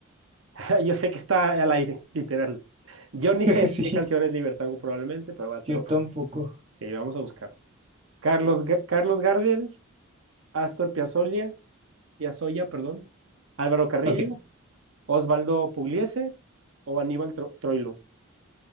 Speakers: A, on the right (about 60°); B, on the right (about 25°).
A: <laughs> Yo sé que está al aire, literal. Yo ni
B: <laughs>
A: sé
B: Sí,
A: qué canción es Libertango probablemente, pero va,
B: yo tampoco.
A: Ok, vamos a buscarlo. Carlos, Ga- Carlos Gardel, Astor Piazzolla, Piazzolla, perdón, Álvaro Carrillo,
B: Ok.
A: Osvaldo Pugliese o Aníbal Tro- Troilo.